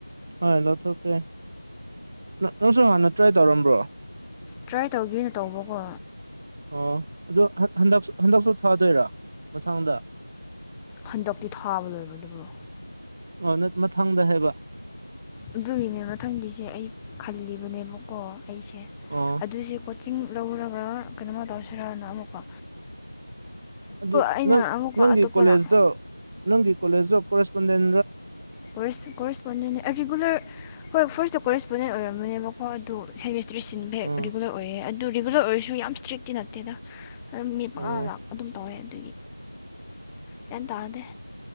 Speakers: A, on the right; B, in the centre.
A: ꯍꯣꯏ ꯂꯧꯊꯣꯛꯈ꯭ꯔꯦ ꯅꯪꯁꯨ ꯍꯥꯟꯅ ꯇ꯭ꯔꯥꯏ ꯇꯧꯔꯝꯕ꯭ꯔꯣ
B: ꯇ꯭ꯔꯥꯏ ꯇꯧꯒꯦꯅ ꯇꯧꯕꯀꯣ
A: ꯑꯣ ꯑꯗꯨꯗꯣ ꯍꯟꯗ ꯍꯟꯗꯛꯁꯨ ꯊꯥꯗꯣꯏꯔꯥ ꯃꯊꯥꯡꯗ
B: ꯍꯟꯗꯛꯇꯛꯇꯤ ꯊꯥꯕ ꯂꯣꯏꯕ ꯑꯗꯨꯕꯨ꯭ꯔꯣ
A: ꯑꯣ ꯃꯊꯪꯗ ꯍꯥꯏꯕ
B: ꯑꯗꯨꯒꯤꯅꯦ ꯃꯊꯪꯒꯤꯁꯦ ꯑꯩ ꯈꯜꯂꯤꯕꯅꯦꯕꯀꯣ ꯑꯩꯁꯦ
A: ꯑꯣ
B: ꯑꯗꯨꯁꯦ ꯆꯤꯡ ꯂꯧꯔꯒ ꯀꯩꯅꯣꯃ ꯇꯧꯁꯤꯔꯅ ꯑꯃꯨꯛꯀꯣ
A: ꯑꯗꯨ
B: ꯑꯩꯅ
A: ꯅꯪ
B: ꯑꯃꯨꯛꯀ
A: ꯅꯪꯒꯤ
B: ꯑꯇꯣꯞꯄꯅ
A: ꯀꯣꯂꯦꯖꯇꯣ ꯅꯪꯒꯤ ꯀꯣꯂꯦꯖꯇꯣ ꯀꯣꯔꯦꯁꯄꯣꯟꯗꯦꯟ
B: ꯀꯣꯔ ꯀꯣꯔꯁꯔꯤꯒꯂꯔ ꯍꯣꯏ ꯐ ꯀꯣꯔꯦꯁꯄꯣꯟꯗꯦꯟ ꯑꯣꯏꯔꯝꯕꯅꯦꯕꯀꯣ ꯑꯗꯨ ꯍꯦꯃꯤꯁꯇ꯭ꯔꯤ ꯁꯤꯟꯕ ꯍꯦꯛ
A: ꯎꯝ
B: ꯔꯤꯒꯨꯂꯔ ꯑꯣꯏꯌꯦ ꯑꯗꯨ ꯔꯤꯒꯨꯂꯔ ꯑꯣꯏꯔꯁꯨ ꯌꯥꯝ ꯏꯁꯇ꯭ꯔꯤꯛꯇꯤ ꯅꯠꯇꯦꯗ ꯑꯗꯨꯝ ꯃꯤ ꯃꯉꯥ
A: ꯑꯣ
B: ꯂꯥꯛ ꯑꯗꯨꯝ ꯇꯧꯋꯦ ꯑꯗꯨ ꯀꯦꯟꯗ ꯑꯗꯦ